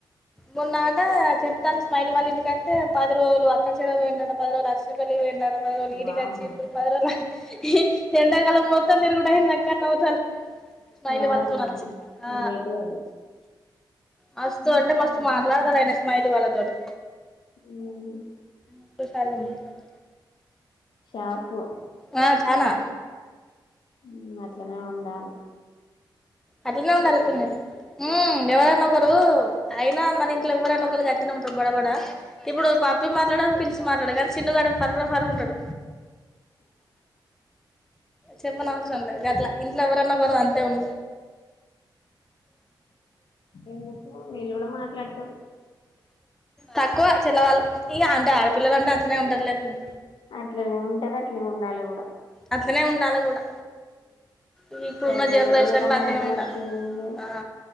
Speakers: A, in the centre; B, on the left.
A: మొన్నాట చెప్తాంది స్మైలీ వాళ్ళ ఇంటికత్తే పది రోజులు అక్కచెలకు పోయిండట, పది రోజులు అర్షపెళ్లికి పోయిండ ట పదిరోజులు ఈడికి
B: వామ్మో
A: అచ్చిండు. పది రోజులు ఆ ఎఎండకాలం మొ త్తంతిరుగుడయింది అక్కాఅని నవ్వుతాంది. స్మైలీ
B: వామ్మో
A: వాళ్ళతోని అచ్చింది. ఆ
B: గ్రేటే
A: మస్తు అంటే మస్తు మాట్లాడతడు ఆయనే స్మైలీ వాళ్ళతోటి.
B: ఉ
A: <unintelligible>
B: షార్పు
A: నా చానా
B: హ్మ్ అట్లనే ఉండాలే.
A: అట్లనే ఉండాలె పిన్ని హ్మ్ ఎవరను నొకరు అయినా మన ఇంట్లో ఎవ్వరైనా ఒకలు గట్లనే ఉంటరు బడబడా. ఇప్పుడు పప్పి మాట్లాడదు పిలిసి మాట్లాడదు కానీ చిన్నుగాడు ఫర్రా ఫర్రా ఉంటడు. చెప్పనవసరం లేదు గట్లా. ఇంట్లో ఎవరన్నా ఒకరు అంతే ఉం
B: ఎందుకు వీళ్ళు కూడా మాట్లాడతరు.
A: తక్కువ చెల్లవాళ్ళు ఇగ అంటే ఆడపిల్లలంటే అట్లనే ఉంటరులే పిన్ని.
B: అట్లనే ఉంటరు, అట్లనే ఉండాలె కూడా.
A: అట్లనే ఉండాలె కూడా. ఈ ఇప్పుడున్న
B: తెగలోడలోడ
A: జనరేషన్ల అట్లనే
B: మాట్లాడితే
A: ఉండాలే.
B: ఏమున్నది
A: ఆ